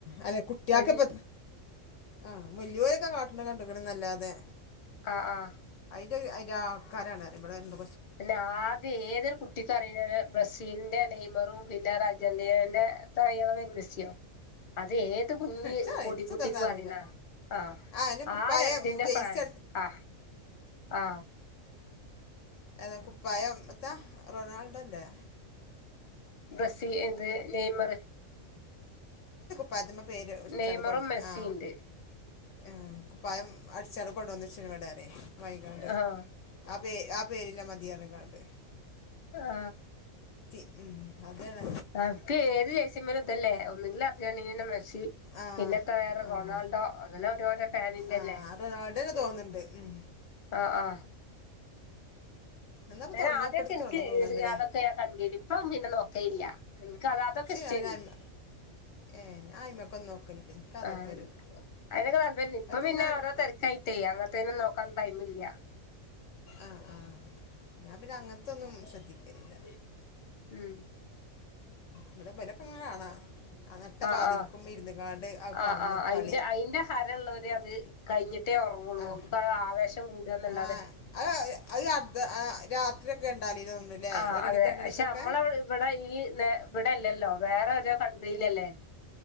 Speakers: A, on the left (about 70°); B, on the left (about 40°).
A: അല്ലെ കുട്ട്യാക്കിപ്പ
B: വൽ
A: ആ വെല്ല്യോരൊക്കെ കാട്ടണ കണ്ട് <unintelligible> അല്ലാതെ
B: ആ ആ
A: ന്റെ അയിന്റെ ആൾക്കാരാണ് ഇവിടെന്തും
B: പിന്നെ ആദ്യ ഏതൊരു കുട്ടിക്കറിയുന്ന ബ്രസീലിന്റെ നെയ്മറും <unintelligible> <unintelligible> സ്യൊ അത് ഏത് കുഞ്ഞ്
A: ഇച്ച്
B: പൊടികുട്ടിക്കും
A: ഇച്ച് ഇതൊന്നും അറിയില്ല
B: അറിണാ ആ
A: അതിന് കുപ്പായം
B: ആ രണ്ടിന്റെ
A: ജെയ്സി
B: ഫാൻസ് ആ ആ
A: അതെ കുപ്പായം താ റൊണാൾഡോ ല്ലേ?
B: ബ്രസീ ഇത് നെയ്മർ
A: പ്പദ്മെ പേര് ഒട്ടിച്ചാണ്
B: നെയ്മറും
A: കൊണ്ട്
B: മെസ്സിണ്ട്
A: ആ ആ കുപ്പായം അടിച്ചാണ് കൊണ്ട് വന്നെച്ചെക്കിനിവടെറയ്‌ വൈകാണ്ട്
B: ആഹ്
A: പേ ആ പേരിലെ മതിയനെക്കാണ്ട്
B: ആ
A: ഉം അതെയതെ.
B: <unintelligible>
A: ആഹ്
B: പിന്നത്തെ വേറെ
A: ആഹ്
B: റൊണാൾഡോ അങ്ങനെ ഓരോരോ ഫാനിന്റെല്ലേ
A: ആഹ് അത് അതെന്നെ തോന്ന്ണ്ട് ഉം
B: ആ ആ
A: എന്നാപ്പം
B: ഞാൻ
A: തൊടങ്ങാ
B: ആദ്യക്കെ
A: ഇപ്പട്ത്ത്
B: എനിക്ക്
A: തൊടങ്ങും തോന്ന്ണ്ട്ല്ലേ
B: അതൊക്കെ ഞാൻ കണ്ടിന് ഇപ്പ പിന്നെ നോക്കലില്ല ഇൻക്ക് അതൊക്കെ
A: ഇച്ച്
B: ഇഷ്ടായിന്
A: പിന്നെ അയ്മ ഏഹ് ഞാൻ അയ്മക്കൊന്നും നോക്കലില്ല ഇൻക്ക് അതൊക്കൊരു
B: ആ അതിനൊക്കെ തല്പര്യ ഇപ്പ
A: അതൊക്കെങ്ങനെ
B: പിന്നെ ഓരോ തെരക്കായിട്ടേ അങ്ങനത്തെനൊന്നും നോ ക്കാൻ ടൈമില്ല.
A: ആ ആ ഞാൻ പിന്നെ അങ്ങൻത്തൊന്നും ശ്രദ്ധിക്കലില്ല.
B: ഉം
A: ഇവിടെ <unintelligible> കാണാ. നട്ട
B: ആ
A: പാതിരിക്കുമ്മെ
B: ആ
A: ഇരുന്ന്ക്കാണ്ട് അത് കാണ്
B: ആ ആ
A: ണ്
B: അയിന്റെ
A: കളി
B: അയിന്റെ ഹരോള്ളൊര് അത് കഴഞ്ഞിട്ട് റ്റേ ഉറങ്ങുള്ളൂ
A: ആഹ്
B: പ്പതാവേശം കൂടന്നല്ലാതെ
A: ആഹ് അത് അത് അർദ്ധ ആ, <unintelligible> തോന്നുന്നുല്ലേ
B: ആ
A: ഒരു
B: അതെ
A: മണിക്ക് രണ്ട് മണിക്കൊക്കെ
B: ശെ നമ്മള ഇവിടെ ഈ ഇവിടെല്ലല്ലോ. വേറെ ഓരോ കൺട്രിയിലല്ലേ.